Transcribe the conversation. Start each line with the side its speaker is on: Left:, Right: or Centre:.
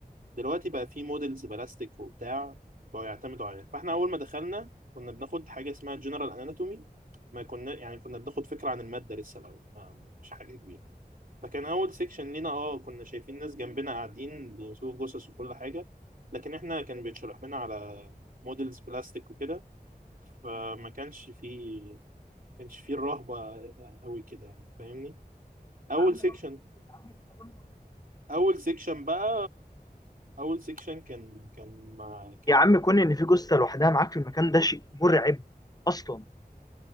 Right: دلوقتي بقى في موديلز بلاستيك وبتاع بقوا يعتمدوا عليها فإحنا أول ما دخلنا كنا بناخد حاجة اسمها جنرال أناتومي ما كنا يعني كنا بناخد فكرة عن المادة لسه لو ما مش حاجة كبيرة فكان اول سيكشن لينا اه كنا شايفين ناس جنبنا قاعدين بيمسكوا جثث وكل حاجه لكن احنا كان بيتشرح لنا على موديلز بلاستيك وكده فما كانش فيه ما كانش فيه الرهبه قوي كده يعني فاهمني اول
Left: يا عم
Right: سيكشن
Left: رعب يا عم كون-
Right: اول سيكشن بقى اول سيكشن كان كان مع كان
Left: يا عم كون ان في جثه لوحدها معاك في المكان ده شيء مرعب اصلا